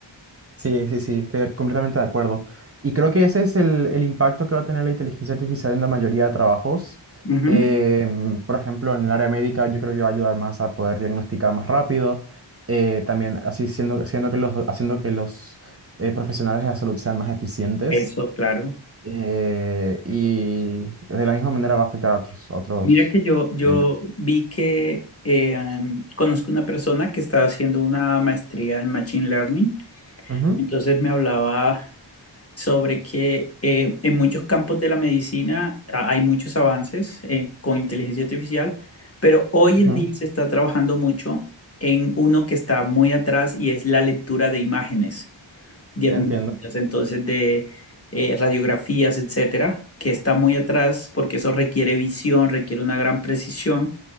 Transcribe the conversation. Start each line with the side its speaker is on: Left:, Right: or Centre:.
Right: Sí, sí, sí, estoy completamente de acuerdo. Y creo que ese es el, el impacto que va a tener la inteligencia artificial en la mayoría de trabajos.
Left: Ujú,
Right: Em, por ejemplo, en el área médica yo creo que va a ayudar más a poder diagnosticar más rápido. Eh, también así siendo, haciendo que los, haciendo que los eh, profesionales de la salud sean más eficientes.
Left: Eso, claro.
Right: Eh, y de la misma manera va a afectar a otros, a otros.
Left: Mira que yo, yo
Right: eh,
Left: vi que eh, em, conozco una persona que está haciendo una maestría en Machine Learning,
Right: ujú,
Left: entonces me hablaba sobre que eh, en muchos campos de la medicina ha- hay muchos avances en- con inteligencia artificial, pero hoy
Right: ujú,
Left: en día se está trabajando mucho en uno que está muy atrás y es la lectura de imágenes diagnósticas,
Right: entiendo.
Left: entonces de eh, radiografías, etcétera, que está muy atrás porque eso requiere visión, requiere una gran precisión,